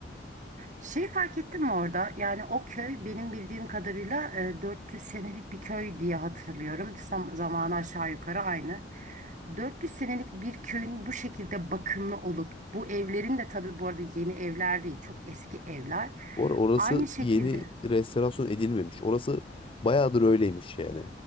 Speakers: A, on the right; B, on the left.
A: Şey fark ettin mi orada? Yani o köy benim bildiğim kadarıyla e, 400 senelik bir köy diye hatırlıyorum. Zam- zamanı aşağı yukarı aynı. 400 senelik bir köyün bu şekilde bakımlı olup bu evlerin de tabii bu arada yeni evler değil, çok eski evler.
B: Or orası
A: Aynı şekilde
B: yeni restorasyon edilmemiş. Orası bayağıdır öyleymiş yani.